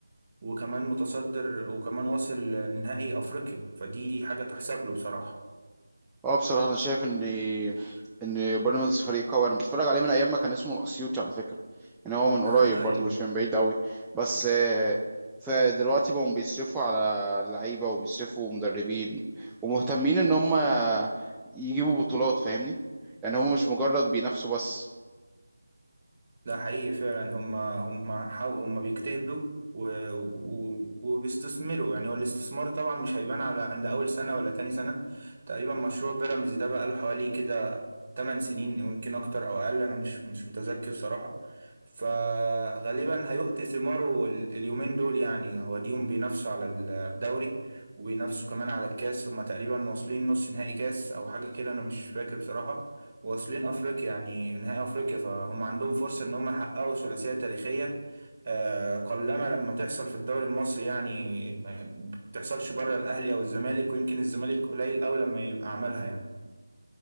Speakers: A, on the right; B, in the centre.
A: وكمان متصدر وكمان واصل لنهائي أفريقيا فدي حاجة تحسب له بصراحة
B: اه بصراحة أنا شايف إن إن بيراميدز فريق قوي أنا بتفرج عليه من أيام ما كان اسمه الأسيوطي على فكرة يعني هو من
A: <laughs>
B: قريب برضه
A: أيوه
B: مش من بعيد أوي بس آه، فدلوقتي بقوا بيصرفوا على اللعيبة وبيصرفوا مدربين ومهتمين إن هم يجيبوا بطولات فاهمني يعني هم مش مجرد بينافسوا بس
A: ده حقيقي فعلا هم هم حاو هم بيجتهدوا و... و... وبيستثمروا يعني هو الاستثمار طبعا مش هيبان على عند اول سنه ولا تاني سنه تقريبا مشروع بيراميدز ده بقى له حوالي كده تمن سنين يمكن اكتر او اقل انا مش مش متذكر صراحة فغالبا هيؤتي ثماره ال- اليومين دول يعني هو ديهم بينافسوا على الدوري وبينافسوا كمان على الكاس هما تقريبا واصلين نص نهائي كاس او حاجة كده انا مش فاكر بصراحة واصلين افريقيا يعني نهائي افريقيا فهم عندهم فرصة ان هم يحققوا ثلاثية تاريخية آه، قلما لما تحصل في الدوري المصري يعني ما بتحصلش بره الاهلي او الزمالك ويمكن الزمالك قليل قوي لما يبقى عملها يعني